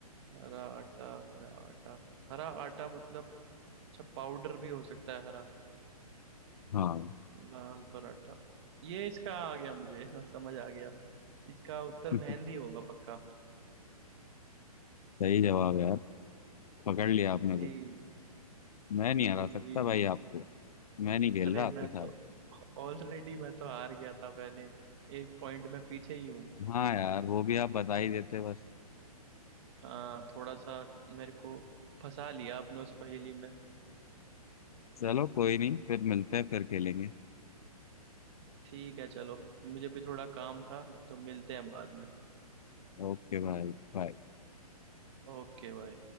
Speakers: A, on the right; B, on the left.
A: हरा आटा हरा आटा हरा आटा मतलब अच्छा पाउडर भी हो सकता है हरा
B: हो। हाँ
A: लाल पराठा ये इसका आ गया मुझे <laughs> हाँ, समझ आ गया इसका उत्तर
B: <laughs>
A: मेहंदी होगा पक्का
B: सही जवाब है यार पकड़ लिया आपने
A: जी
B: तो मैं
A: जी
B: नहीं हरा
A: जी
B: सकता
A: जी
B: भाई
A: जी
B: आपको मैं नहीं खेल
A: अरे
B: रहा
A: मैं
B: आपके साथ
A: तो ऑलरेडी मैं तो हार गया था पहले एक पॉइंट में पीछे ही हूँ
B: हाँ यार वो भी आप बता ही देते बस
A: हाँ थोड़ा सा मेरे को फंसा लिया आपने उस पहेली में
B: चलो कोई नहीं फिर मिलते हैं फिर खेलेंगे
A: ठीक है चलो मुझे भी थोड़ा काम था तो मिलते हैं बाद में
B: ओके भाई बाय
A: ओके भाई